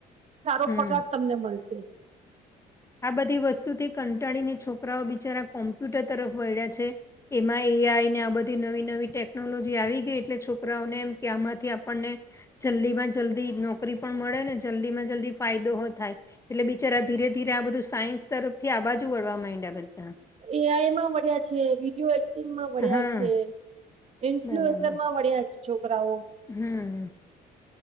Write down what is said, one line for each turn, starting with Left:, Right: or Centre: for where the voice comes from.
Right: સારો
Left: હમ
Right: પગાર તમને મળશે
Left: આ બધી વસ્તુથી કંટાળીને છોકરાઓ બિચારા કોમ્પ્યુટર તરફ વળ્યા છે. એમાં એઆઈ ને આ બધી નવી નવી ટેકનોલોજી આવી ગઈ એટલે છોકરાઓને એમ કે આમાંથી આપણને જલ્દી માં જલ્દી નોકરી પણ મળે ને જલ્દી માં જલ્દી ફાયદો થાય એટલે બિચાર ધીરે ધીરે આ બધું સાયન્સ તરફથી આ બાજુ વળવા માંડ્યા બધા
Right: એઆઈ માં વળ્યા છે <unintelligible> <unintelligible> વળ્યા
Left: હા
Right: છે ઇન્ફ્લુએઝર
Left: બરાબર
Right: માં વળ્યા છે છોકરાઓ
Left: હમ